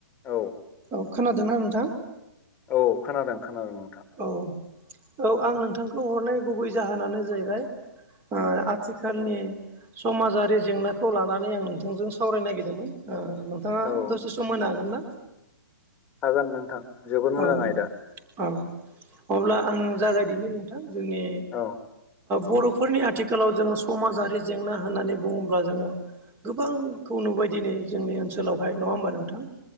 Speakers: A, on the left; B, on the right.
A: औ
B: औ खोनादों ना नोंथां।
A: औ खोनादों खोनादों नोंथां।
B: औ औ आं नोंथांखौ हरनाय गुबै जाहोनानो जाहैबाय
A: उम
B: आथिखाल आथिखालनि समाजारि जेंनाखौ लानानै आं नोंथांजों सावरायनो नागिरदोंमोन। नोंथाङा
A: औ
B: दसे सम होनो हागोन ना?
A: हागोन नोंथां। जोबोद मोजां
B: औ
A: आयदा
B: औ अब्ला आं जागायदिनि नोंथां जोंनि
A: औ।
B: बर'फोरनि आथिखालाव जोङो समाजारि जेंना होननानै बुङोब्ला जोङो। गोबांखौ नुबायदि नै जोंनि ओनसोलावहाय नङा होमबा नोंथां।